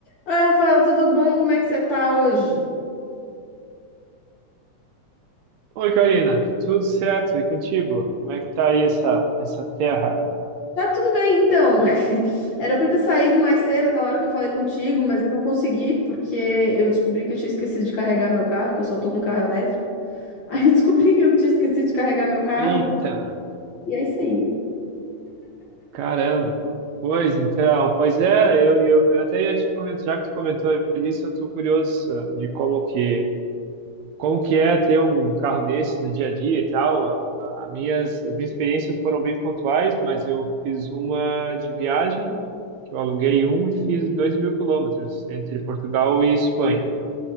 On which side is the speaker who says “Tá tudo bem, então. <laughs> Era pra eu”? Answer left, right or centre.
Left